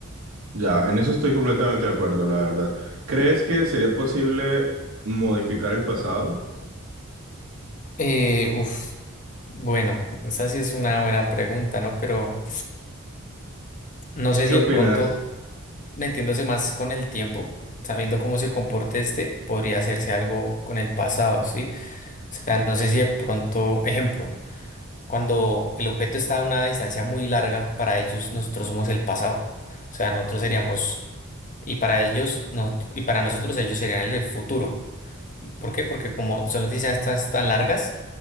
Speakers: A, on the right; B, on the left.
A: ya, en eso estoy completamente de acuerdo, la verdad. ¿Crees que sería posible modificar el pasado?
B: Eh, uf, bueno, esa sí es una buena pregunta, ¿no? Pero no sé
A: ¿Qué
B: si
A: opinas?
B: de pronto... metiéndose más con el tiempo, sabiendo cómo se comporte este, podría hacerse algo con el pasado, ¿sí? O sea, no sé si de pronto, ejemplo, cuando el objeto está a una distancia muy larga, para ellos nosotros somos el pasado. O sea, nosotros seríamos, y para ellos, nosot- y para nosotros ellos serían el futuro. ¿Por qué? Porque como son las distancias tan largas,